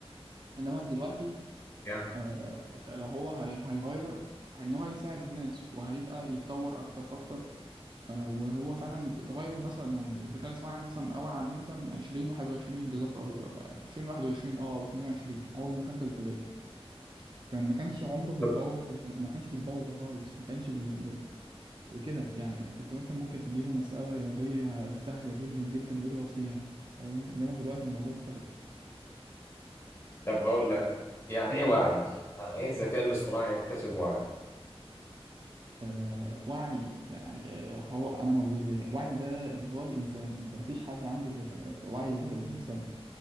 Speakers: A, on the right; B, on the left.
A: انما في دلوقتي
B: يعني
A: آه، لو هو هي- هيغير ان هو هيساعد الناس وهيبقى يتطور اكتر فاكتر آه، وهو فعلا اتغير مثلا يعني الذكاء الاصطناعي مثلا اوعى عليه مثلا من 20 21 بالظبط او 20 21 اه او 22 اول ما دخلت الكليه كان ما كانش عمره بالباورفول
B: طب
A: ده ما كانش بالباور ده خالص ما كانش بي- ب- بكده يعني كنت مثلا ممكن تديله مساله رياضيه سهله جدا جدا ويغلط فيها فاهمني انما دلوقتي الموضوع اختلف
B: طب بقول لك يعني
A: امم
B: ايه وعي؟ يعني ايه الذكاء الاصطناعي يكتسب وعي؟
A: آه وعي يعني آه هو انا موجود ليه وعي ده اللي هو الانسان ده مفيش حد عنده غير آه، وعي غير الانسان